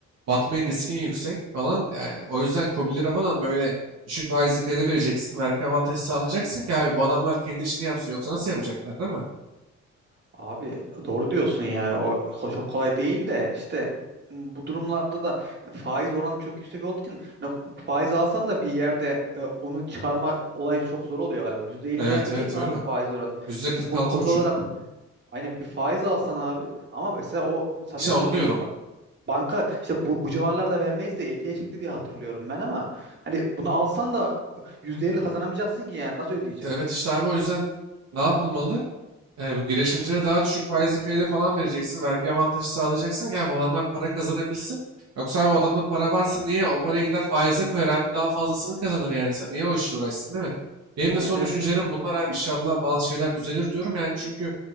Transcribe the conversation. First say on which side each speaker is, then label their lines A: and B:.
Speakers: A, on the right; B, on the right.
A: Batmayı riskin yüksek falan. Yani o yüzden KOBİ'lere falan böyle düşük faizli kredi vereceksin. Vergi avantajı sağlayacaksın ki abi bu adamlar kendi işini yapsın. Yoksa nasıl yapacaklar değil mi?
B: Abi doğru diyorsun yani o ko- çok kolay değil de işte m, bu durumlarda da faiz oranı çok yüksek olduğu için hani faiz alsan da bir yerde e, onu çıkarma olayı çok zor oluyor galiba. %50'lerde
A: Evet evet
B: değil mi
A: öyle.
B: abi faiz oranı?
A: %46,5.
B: Şimdi ko- kobi olarak aynen bir faiz alsan abi ama mesela o sanıyorum
A: İşte onu
B: bir
A: diyorum.
B: banka işte bu, bu civarlarda vermeyiz de 50'ye çekti diye hatırlıyorum ben ama hani bunu alsan da %50 kazanamayacaksın ki yani nasıl ödeyeceksin?
A: Evet işte abi o yüzden ne yapılmalı? E, bu girişimcilere daha düşük faizli kredi falan vereceksin. Vergi avantajı sağlayacaksın ki abi bu adamlar para kazanabilsin. Yoksa abi o adamda para varsa niye o paraya gider faize koyar abi daha fazlasını kazanır yani. Sen niye o işle uğraşsın değil mi? Benim de
B: Evet
A: son
B: evet
A: düşüncelerim bunlar abi. inşallah bazı şeyler düzelir diyorum yani çünkü